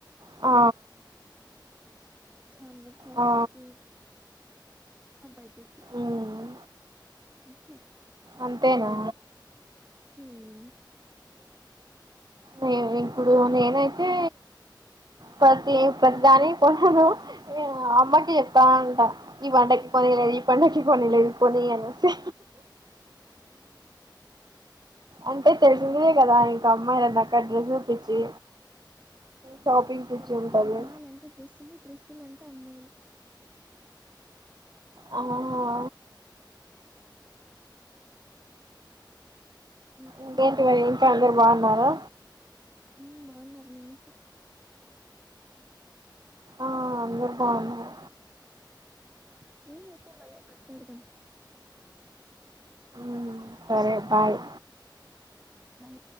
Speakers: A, on the right (about 60°); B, on the right (about 20°).
A: ఆ
B: జాన్వర్ ఫస్ట్కి
A: ఆ
B: నా బర్డేకి
A: మ్మ్
B: ఒకే
A: అంతేనా
B: హ్హ్
A: నేన్ ఇప్పుడు నేనైతే ప్రతి ప్రతిదాని కొనను నేను అమ్మకి చెప్తా ఉంటా ఈ పండగ్కి పోయిన
B: హ్మ్.
A: ఈ పండగ్కి కొనియలేదు కొనీ అనేసి
B: ఆహా!
A: అంటే తెలిసిందే కదా ఇంకా అమ్మాయిలన్నాక డ్రెస్ పిచ్చి షాపింగ్
B: ఉమ్
A: పిచ్చి
B: కరెక్టే
A: ఉంటది
B: అమ్మాయిలు అంటే డ్రస్సులు, డ్రస్సులు అంటే అమ్మాయిలు
A: ఆ హా హా
B: ఇంకా
A: ఇకేంటి
B: ఏం
A: మరి ఇంకా అందరు బాగున్నారా
B: ఉమ్ బాగున్నారు మీ ఇంట్లో
A: ఆ అందరు బాగున్నారు
B: వీలైతే మళ్ళీ మాట్లాడదాం
A: ఉమ్ సరే బాయ్
B: బాయి